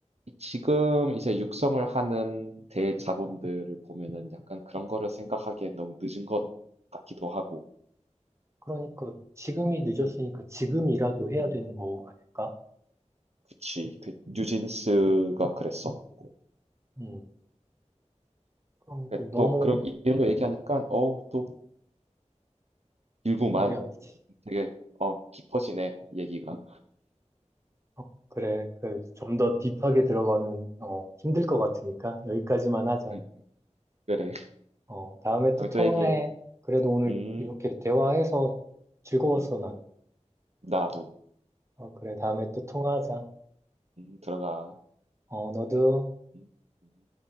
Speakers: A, on the right (about 60°); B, on the right (about 25°).
A: 지금 이제 육성을 하는 대자본들을 보면은 약간 그런 거를 생각하기엔 너무 늦은 것 같기도 하고.
B: 그러니까 지금이 늦었으니까
A: 음,
B: 지금이라도 해야
A: 음,
B: 되는 거 아닐까?
A: 그치. 그 뉴진스가 그랬었고.
B: 음, 그러니까
A: 그또
B: 너무
A: 그런 이- 이런 거 얘기하니까 어우 또 일구만
B: 머리 아프지.
A: 되게 어 깊어지네 얘기가.
B: 어, 그래. 그, 좀 더 딥하게 들어가면, 어, 힘들 것 같으니까 여기까지만 하자.
A: 음, 그래. <laughs>
B: 어, 다음에
A: 다음에
B: 또 통화해.
A: 또 얘기해.
B: 그래도 오늘
A: 음,
B: 이렇게 대화해서 즐거웠어,
A: 음,
B: 난.
A: 나도
B: 어, 그래. 다음에 또 통화하자.
A: 음, 들어가.
B: 어, 너도.
A: 음, 음.